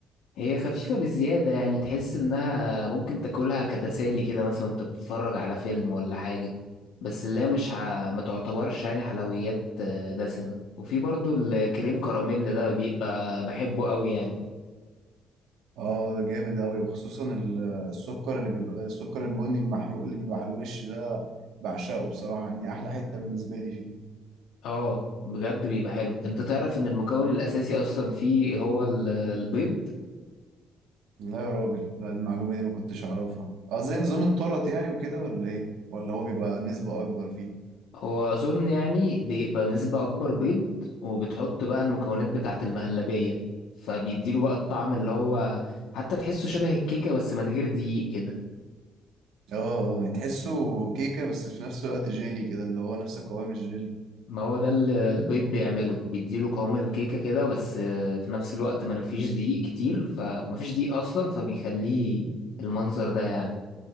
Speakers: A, on the left; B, on the right.
A: هي خفيفة بزيادة يعني تحس إنها ممكن تاكلها كتسالي كده مثلا وأنت بتتفرج على فيلم ولا حاجة بس اللي هي مش ه... ما تعتبرش يعني حلويات آه، دسمة وفي برضو الكريم كراميل ده بيبقى بحبه قوي يعني
B: اه جامد اوي وخصوصا ال- السكر اللي بيبقى السكر البني المحروق اللي بيبقى على الوش ده بعشقه بصراحة يعني احلى حتة بالنسبة لي فيه
A: اه بجد بيبقى حلو انت تعرف ان المكون الاساسي اصلا فيه هو ال- البيض
B: لا يا راجل لا المعلومة دي ما كنتش اعرفها اه زي نظام الطرط يعني وكده ولا ايه ولا هو بيبقى نسبة اكبر فيه
A: هو أظن يعني بيبقى نسبة أكبر بيض وبتحط بقى المكونات بتاعة المهلبية فبيديله بقى الطعم اللي هو حتى تحسه شبه الكيكة بس من غير دقيق كده
B: اه اه يعني تحسه كيكة بس في نفس الوقت جيلي كده اللي هو نفس قوام الجيلي
A: ما هو ده اللي البيض بيعمله بيديله قوام الكيكة كده بس في نفس الوقت ما فيش دقيق كتير فما فيش دقيق أصلا فبيخليه المنظر ده يعني